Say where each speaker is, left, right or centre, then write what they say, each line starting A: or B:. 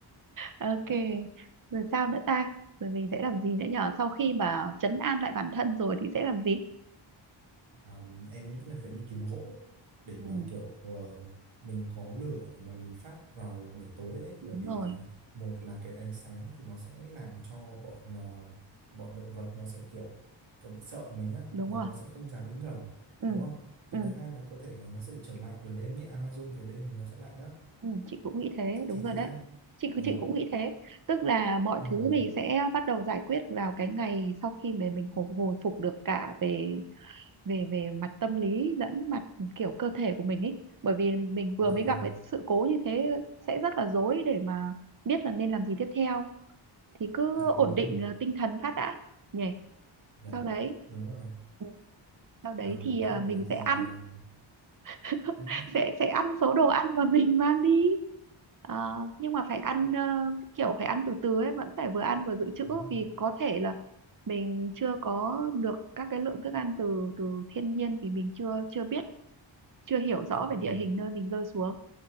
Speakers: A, on the right; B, on the right.
A: ok rồi sao nữa ta rồi mình sẽ làm gì nữa nhở sau khi mà trấn an lại bản thân rồi thì sẽ làm gì
B: Ờm, em nghĩ là phải đi kiếm gỗ để
A: ừ,
B: mà kiểu ờ, mình có lửa để mà mình phát vào buổi tối ấy
A: đúng
B: bởi vì
A: rồi
B: là một là cái ánh sáng thì nó sẽ làm cho bọn ờ, bọn động vật nó sẽ kiểu kiểu bị sợ mình á
A: đúng
B: nó
A: rồi
B: nó sẽ không dám đến gần
A: ừ.
B: đúng không? và
A: ừ
B: thứ hai là có thể là nó sẽ bị trở lạnh bởi vì em nghĩ Amazon về đêm thì nó sẽ lạnh á
A: Ừ, chị cũng nghĩ thế đúng
B: chị
A: rồi
B: thấy
A: đấy
B: sao?
A: chị
B: Dạ.
A: chị cũng nghĩ thế tức là mọi
B: Ừ.
A: thứ mình sẽ bắt đầu giải quyết vào cái ngày sau khi mà mình hồi, hồi phục được cả về về về mặt tâm lý lẫn mặt kiểu cơ thể của mình ấy bởi vì mình
B: Dạ
A: vừa mới gặp
B: vâng.
A: cái sự cố như thế sẽ rất là rối để mà biết là nên làm gì tiếp theo thì cứ
B: Dạ
A: ổn
B: đúng
A: định
B: rồi.
A: ờ, tinh thần phát đã nhỉ
B: Dạ
A: sau đấy
B: đúng rồi.
A: ừ, sau đấy
B: Ờm,
A: thì ờ,
B: sau
A: mình
B: đấy thì
A: sẽ ăn
B: ờm,
A: <laughs>
B: ừ, <laughs>
A: sẽ sẽ ăn số đồ ăn mà mình mang đi Ờ, nhưng mà phải ăn ờ, kiểu phải ăn từ từ ấy vẫn phải vừa ăn vừa dự trữ
B: đúng
A: vì
B: rồi
A: có thể là mình chưa có được các cái lượng thức ăn từ từ thiên nhiên vì mình chưa chưa biết chưa hiểu rõ
B: đúng
A: về
B: rồi
A: địa hình nơi mình rơi xuống